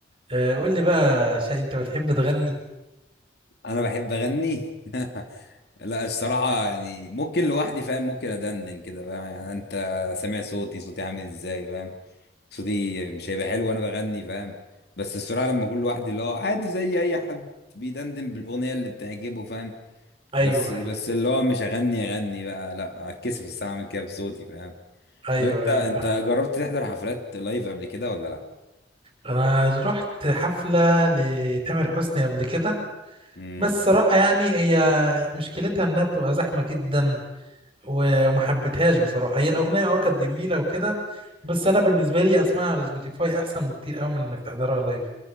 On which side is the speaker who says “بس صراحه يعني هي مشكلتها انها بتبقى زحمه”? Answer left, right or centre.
Right